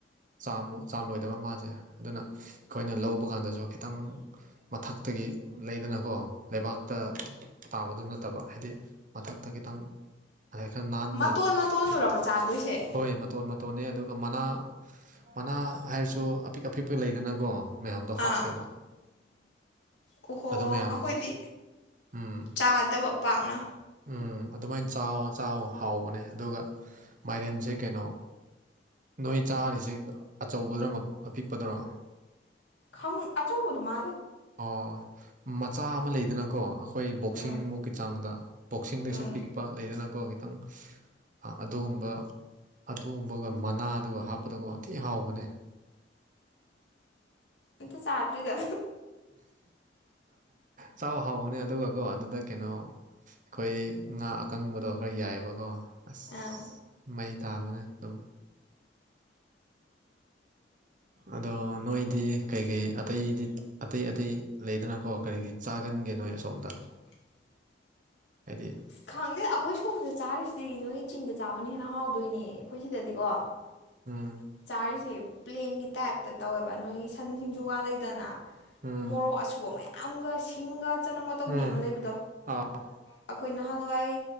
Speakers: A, on the right (about 45°); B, on the left (about 75°).
A: ꯆꯥꯝꯃꯨꯛ ꯆꯥꯝ ꯂꯣꯏꯗꯕ ꯃꯥꯁꯦ ꯑꯗꯨꯅ ꯑꯩꯈꯣꯏꯅ ꯂꯧꯕ ꯀꯥꯟꯗꯁꯨ ꯈꯤꯇꯪ ꯃꯊꯛꯇꯒꯤ ꯂꯩꯗꯅꯀꯣ ꯂꯩꯕꯥꯛ ꯇ ꯇꯥꯕꯗ ꯅꯠꯇꯕ ꯍꯥꯏꯗꯤ ꯃꯊꯛꯇ ꯈꯤꯇꯪ ꯍꯥꯏ ꯈꯔ ꯅꯥꯟꯅ
B: ꯃꯇꯣꯟ ꯃꯇꯣꯟꯗꯨꯔꯕ ꯆꯥꯗꯣꯏꯁꯦ
A: ꯍꯣꯏ ꯇꯣꯟꯕ ꯇꯣꯟꯅꯤ ꯑꯗꯨꯒ ꯃꯅꯥ ꯃꯅꯥ ꯍꯥꯏꯔꯁꯨ ꯑꯄꯤꯛ ꯑꯄꯤꯛꯄ ꯂꯩꯗꯅꯀꯣ ꯃꯌꯥꯝꯗꯣ ꯍꯥꯞꯇꯦꯕ
B: ꯑꯥ ꯑꯣꯍꯣ
A: ꯃꯌꯥꯝꯗꯣ
B: ꯑꯩꯈꯣꯏꯗꯤ
A: ꯎꯝ
B: ꯆꯥꯗꯕ ꯄꯥꯛꯅ
A: ꯎꯝ ꯑꯗꯨꯃꯥꯏꯅ ꯆꯥꯎ ꯍꯥꯎꯕꯅꯦ ꯑꯗꯨꯒ ꯃꯥꯏꯔꯦꯟꯁꯦ ꯀꯩꯅꯣ ꯅꯣꯏ ꯆꯥꯔꯤꯁꯦ ꯑꯆꯧꯕꯗ ꯑꯄꯤꯛꯄꯗꯨꯔꯥ
B: ꯈ ꯑꯆꯧꯕꯗꯨꯃ
A: ꯑꯣ ꯃꯆꯥ ꯑꯃ ꯂꯩꯗꯅꯀꯣ ꯑꯩꯈꯣꯏ ꯕꯣꯛꯁꯤꯡ
B: ꯎꯝ
A: ꯃꯨꯛꯀꯤ ꯆꯥꯡꯗ ꯕꯣꯛꯁꯤꯡꯗꯩꯁꯨ
B: ꯎꯝ
A: ꯄꯤꯛꯄ ꯂꯩꯗꯅꯀꯣ ꯈꯤꯇꯪ ꯑꯗꯨꯒꯨꯝꯕ ꯑꯗꯨꯒꯨꯝꯕꯒ ꯃꯅꯥꯗꯨꯒ ꯍꯥꯞꯄꯗꯀꯣꯊꯤ ꯍꯥꯎꯕꯅꯦ
B: ꯑꯁ ꯑꯇ ꯆꯥꯔꯤ ꯆ
A: ꯆꯥꯎ ꯍꯥꯎꯕꯅꯦ ꯑꯗꯨꯒꯀꯣ ꯑꯗꯨꯗ ꯀꯩꯅꯣ ꯑꯩꯈꯣꯏ ꯉꯥ ꯑꯀꯪꯕꯗꯣ ꯈꯔ ꯌꯥꯏꯑꯕꯀꯣ ꯑꯁ
B: ꯑꯥ
A: ꯃꯩ ꯇꯥꯕꯅ ꯑꯗꯨꯝ ꯑꯗꯣ ꯅꯣꯏ ꯗꯤ ꯀꯩ ꯀꯩ ꯑꯇꯩꯗꯤ ꯑꯇꯩ ꯑꯇꯩ ꯂꯩꯗꯅꯀꯣ ꯀꯔꯤꯒꯤ ꯆꯥꯒꯟꯒꯦ ꯅꯣꯏ ꯑꯁꯣꯝꯗ
B: ꯑꯣ
A: ꯍꯥꯏꯗꯤ
B: ꯑꯁ ꯈꯪꯗꯦ ꯑꯩꯈꯣꯏ ꯁꯣꯝꯗ ꯆꯥꯔꯤꯁꯤꯗꯤ ꯅꯣꯏ ꯆꯤꯡꯗ ꯆꯥꯕꯅ ꯍꯦꯟꯅ ꯍꯥꯎꯗꯣꯏꯅꯦ ꯑꯩꯈꯣꯏ ꯁꯤꯗꯗꯤꯀꯣ
A: ꯎꯝ
B: ꯆꯔꯗꯤ ꯄ꯭ꯂꯦꯟꯒꯤ ꯇꯥꯏꯞꯇ ꯇꯧꯋꯦꯕ ꯅꯣꯏꯒꯤ ꯁꯟ ꯁꯤꯡꯖꯨ ꯋꯥ ꯂꯩꯗꯅ
A: ꯎꯝ
B: ꯃꯣꯔꯣꯛ ꯑꯁꯨꯕ ꯃꯌꯥꯝ ꯌꯥꯝꯒ ꯁꯤꯡꯒ ꯆꯅꯝꯒ ꯇꯧꯕꯤ
A: ꯎꯝ
B: ꯑꯃ ꯂꯩꯕꯗꯣ
A: ꯑꯥ
B: ꯑꯩꯈꯣꯏ ꯅꯍꯥꯟꯋꯥꯏ